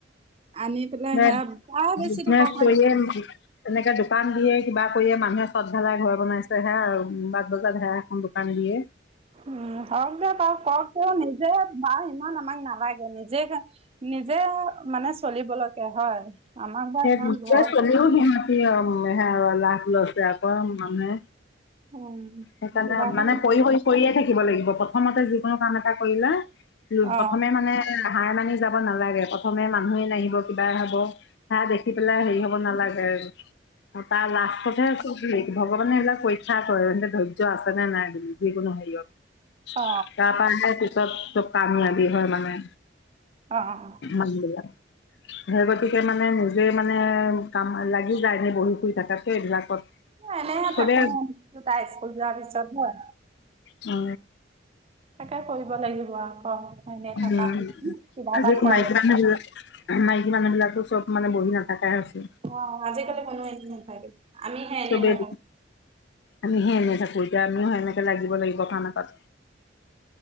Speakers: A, on the right; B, on the left.
A: আনি পেলাই
B: বিজনেচ
A: সেয়া প্ৰায় বেছি থাকক
B: কৰিয়ে
A: লাগে।
B: তেনেকে দোকান দিয়ে কিবা কৰিয়ে মানুহে চদ ধালাই ঘৰ বনাইছে হে আৰু বাট বজাত হে এখন দোকান দিয়ে।
A: উম! হওক দে পাওক কৰক নিজে বা ইমান আমাক নালাগে নিজে যে নিজে মানে চলিবলৈকে, হয়! আমাক বা ইমান
B: নিজে
A: ঘৰ
B: চলিও সিহতি অ সেয়া লাভ লৈছে কি কম! মানে
A: উম
B: সেইকাৰণে
A: কিবা এটা
B: মানে পৰি সৰি কৰিয়ে থাকিব লাগিব, প্ৰথমতে যিকোনো কাম এটা কৰিলে
A: অ
B: প্ৰথমে মানে হাৰ মানি যাব নালাগে প্ৰথমে মানুহে নাহিব কিবা হব সেয়া দেখি পেলাই হেৰি হ'ব নালাগে অ তাৰ লাষ্টট হে ভগৱানে এইলাক পৰীক্ষা কৰে ধৈৰ্য আছে নে নাই বুলি যিকোনো হেৰিয়ত
A: অ
B: তাৰ্পা হে দি চত ত কামলাগি হয় মানে
A: অ অ',
B: মান্দেলা সেই গতিকে মানে নিজে মানে কাম লাগি যায় সেই বহি শুই থকাতকে এইবিলাকত
A: এনেহে
B: চবে
A: থাকো তাই পূজা পিছত হে
B: অ
A: তাকে কৰিব লাগিব আকৌ এনেই থকা
B: উ
A: কিবা
B: আজি
A: এটা খুৱাই
B: মাইকী মানুহ বিলাক মাইকী মানুহ বিলাক আৰু চব মান বহি নাথা কা হৈছে
A: অ আজিকালি কোনো এনেই নাথাকে আমিহে এনেই
B: চবেই
A: থাকো
B: আমি সে এনেই থাকো এতিয়া আমিও সনেকে লাগিব কথা নাপাতে